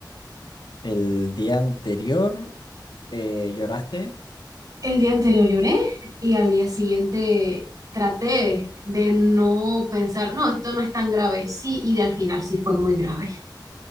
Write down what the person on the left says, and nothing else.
El día anterior eh, lloraste